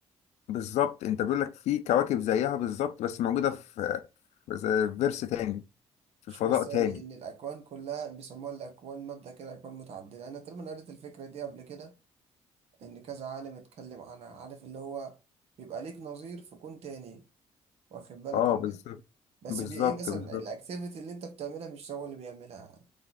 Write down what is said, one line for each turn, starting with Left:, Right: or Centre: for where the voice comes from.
Left: بالظبط أنت بيقول لك في كواكب زيها بالظبط بس موجودة في في زي فيرس تاني في
Right: مش
Left: فضاء
Right: فيرس
Left: تاني
Right: يعني ان الاكوان كلها بيسموها الاكوان مبدأ كده اكوان متعددة انا تقريبا قريت الفكرة دي قبل كده ان كذا عالم اتكلم عنها عارف اللي هو بيبقى ليك نظير في كون تاني واخد بالك
Left: أه
Right: انت
Left: بالظبط
Right: بس
Left: بالظبط
Right: بي ايه مثلا
Left: بالظبط
Right: الاكتيفيتي اللي انت بتعملها مش هو اللي بيعملها